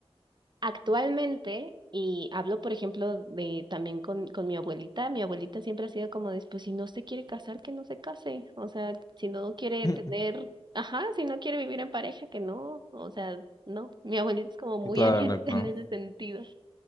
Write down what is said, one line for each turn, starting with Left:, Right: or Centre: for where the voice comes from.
Right: Actualmente, y hablo, por ejemplo, de también con, con mi abuelita, mi abuelita siempre ha sido como de, pues, si no se quiere casar, que no se case. O sea, si no quiere
Left: <laughs>
Right: tener, ajá, si no quiere vivir en pareja, que no. O sea, no. Mi abuelita es como muy
Left: Claro,
Right: <laughs> abierta
Left: claro.
Right: en ese sentido.